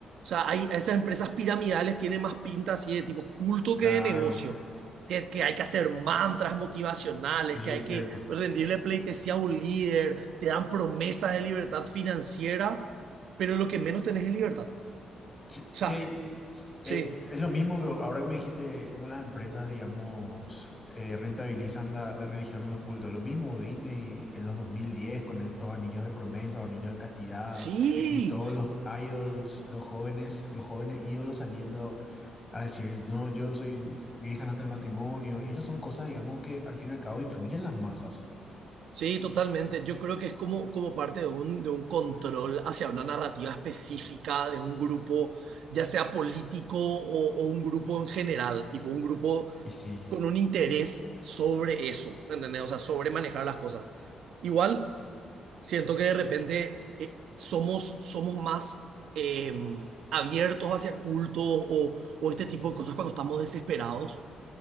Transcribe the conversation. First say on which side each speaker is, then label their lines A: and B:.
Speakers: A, on the right (about 75°); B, on the left (about 30°).
A: sea, hay esas empresas piramidales tienen más pinta así de tipo culto
B: Claro.
A: que de negocio, que, que hay que hacer mantras motivacionales,
B: Sí,
A: que hay
B: cierto.
A: que rendirle pleitesía a un líder, te dan promesas de libertad financiera, pero lo que menos tenés es libertad. O
B: Che,
A: sea,
B: che, eh,
A: sí.
B: es lo mismo que ahora que me dijiste cómo las empresas, digamos, eh, rentabilizan la, la religión en los cultos. Lo mismo Disney en los 2010 con estos anillos de promesa o anillos de castidad
A: Sí,
B: y todos los idols, los jóvenes, los jóvenes ídolos saliendo a decir, no, yo soy virgen hasta el matrimonio. Y esas son cosas, digamos, que al fin y al cabo influyen en las masas.
A: Sí, totalmente. Yo creo que es como, como parte de un, de un control hacia una narrativa específica de un grupo, ya sea político o, o un grupo en general, tipo un grupo
B: Y sí,
A: con un interés sobre eso, ¿entendés? O sea, sobre manejar las cosas. Igual, siento que de repente eh, somos, somos más eh, abiertos hacia cultos o, o este tipo de cosas cuando estamos desesperados